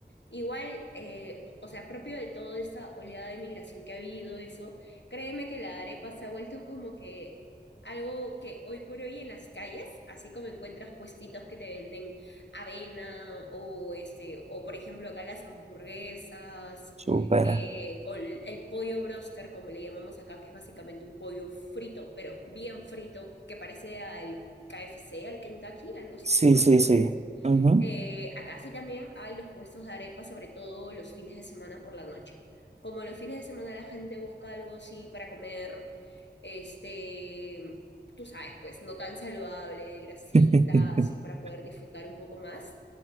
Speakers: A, on the left; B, on the right.
A: Igual, eh, o sea, propio de toda esta oleada de migración que ha habido, eso, créeme que la arepa se ha vuelto como que algo que hoy por hoy en las calles, así como encuentras puestitos que te venden avena o este, o por ejemplo acá las hamburguesas,
B: supera.
A: eh, o el, el pollo broster, como le llamamos acá, que es básicamente un pollo frito, pero bien frito, que parece al KFC, al Kentucky, algo así
B: Sí,
A: tipo McDonald's.
B: sí, sí. Ujú.
A: Eh, acá sí también hay los puestos de arepa, sobre todo los fines de semana por la noche. Como los fines de semana la gente busca algo así para comer, este, tú sabes, pues no tan saludable, grasita,
B: <laughs>
A: así para poder disfrutar un poco más.